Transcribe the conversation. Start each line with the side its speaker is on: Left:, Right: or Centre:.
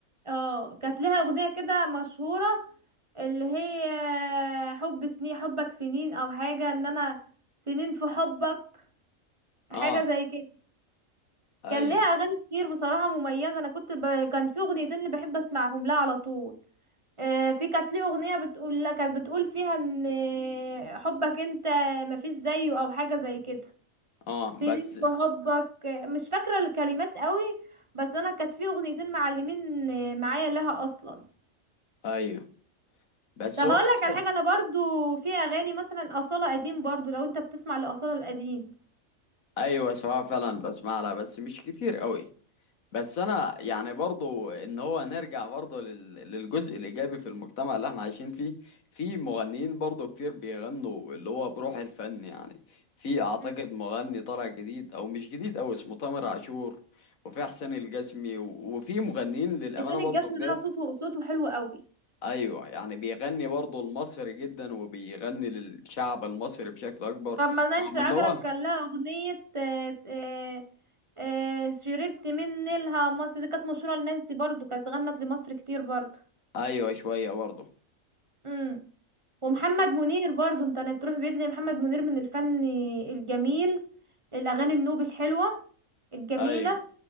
Right: آه، كانت لها اغنية كده مشهورة اللي هي حب سنين حبك سنين او حاجة ان انا سنين في حبك حاجة
Left: اه
Right: زي كده
Left: ايوه
Right: كان لها اغاني كتير بصراحة مميزة انا كنت ب... كان في اغنيتين اللي بحب اسمعهم لها على طول آه، في كانت ليه اغنيه بتقول لك كانت بتقول فيها ان آه، حبك انت مفيش زيه او حاجه زي كده
Left: اه
Right: تنين
Left: بس
Right: في حبك آه، مش فاكره الكلمات قوي بس انا كانت في اغنيتين معلمين آه، معايا لها اصلا
Left: ايوه بس
Right: طب
Left: هو
Right: اقول لك على
Left: برضه
Right: حاجه انا برضو في اغاني مثلا اصاله قديم برضو لو انت بتسمع لاصاله القديم
Left: ايوه سواء فعلا بسمع لها بس مش كتير قوي بس انا يعني برضه ان هو نرجع برضه لل... للجزء الايجابي في المجتمع اللي احنا عايشين فيه في مغنيين برضه كتير بيغنوا اللي هو بروح الفن يعني في اعتقد
Right: مم.
Left: مغني طالع جديد او مش جديد او اسمه تامر عاشور وفي حسين الجسمي و... وفي مغنيين للامانه
Right: حسين
Left: برضه
Right: الجسمي
Left: جداد
Right: ده صوته صوته حلو قوي
Left: ايوه يعني بيغني برضه المصري جدا وبيغني للشعب المصري بشكل اكبر
Right: لما نانسي
Left: رغم ان
Right: عجرم
Left: هو
Right: كان لها اغنية آه، آه، آه، شربت من نيلها مصر دي كانت مشهورة لنانسي برضو كانت غنت لمصر كتير برضو
Left: ايوه شويه برضه
Right: امم ومحمد منير برضو انت هتروح بعيد ليه محمد منير من الفن الجميل الاغاني النوب الحلوه الجميله
Left: ايوه